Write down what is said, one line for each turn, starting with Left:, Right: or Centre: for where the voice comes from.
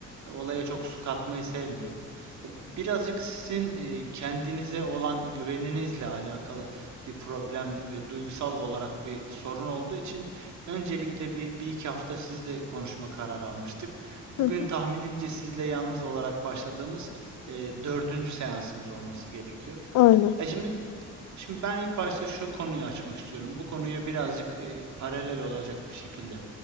Right: e, olaya çok su katmayı sevmiyorum. E, Birazcık sizin e, kendinize olan güveninizle alakalı bir problem ve duygusal olarak bir sorun olduğu için öncelikle bir, bir iki hafta sizle konuşma kararı almıştık. Bugün
Left: Hı hı.
Right: tahminimce sizle yalnız olarak başladığımız e, dördüncü seansımız olması gerekiyor.
Left: Aynen.
Right: E şimdi şimdi ben ilk başta şu konuyu açmak istiyorum. Bu konuya birazcık e, paralel olacak bir şekilde.